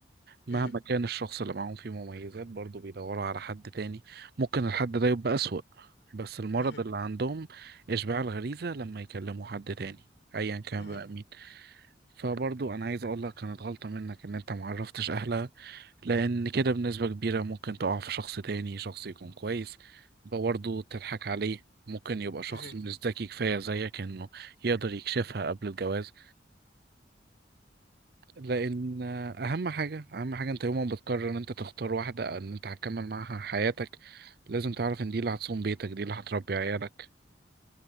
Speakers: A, on the left (about 85°); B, on the right (about 55°).
A: مهم.
B: مهما كان الشخص اللي معاهم فيه مميزات برضه بيدوروا على حد تاني ممكن الحد ده يبقى أسوأ بس المرض
A: مهم.
B: اللي عندهم إشباع الغريزة لما يكلموا حد تاني أيا كان
A: مهم.
B: بقى فبرضو انا عايز اقول لك كانت غلطة منك ان انت معرفتش اهلها لان كده بنسبة كبيرة ممكن تقع في شخص تاني شخص يكون كويس برضو تضحك عليه ممكن يبقى شخص
A: مهم.
B: مش ذكي كفاية زيك انه يقدر يكشفها قبل الجواز لان آه، اهم حاجة اهم حاجة انت يوم ما بتقرر ان انت تختار واحدة او ان انت هتكمل معاها حياتك لازم تعرف ان دي اللي هتصوم بيتك دي اللي هتربي عيالك